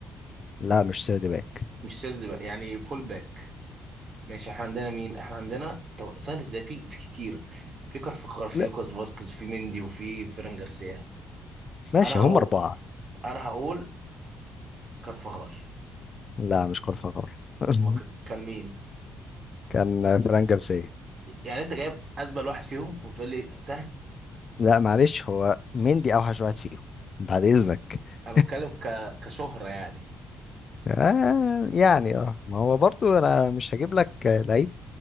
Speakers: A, on the left (about 40°); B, on the right (about 50°).
A: لا مش سيرد باك
B: مش سيرد باك يعني فول باك ماشي احنا عندنا مين احنا عندنا طب سهل ازاي في في كتير في كارفخال في
A: لا
B: لوكاس فاسكيز في مندي وفي فيران جارسيا
A: ماشي
B: انا
A: هم
B: هقول
A: أربعة
B: انا هقول كارفخال
A: لا مش كارفاخال <laughs>
B: هما ك- كان مين
A: كان فران جارسيا
B: يعني انت جايب ازبل واحد فيهم وبتقول لي سهل
A: لا معلش هو مندي أوحش واحد فيهم بعد إذنك <laughs>
B: انا بتكلم ك... كشهرة يعني
A: آه يعني اه ما هو برضو أنا مش هجيب لك لعيب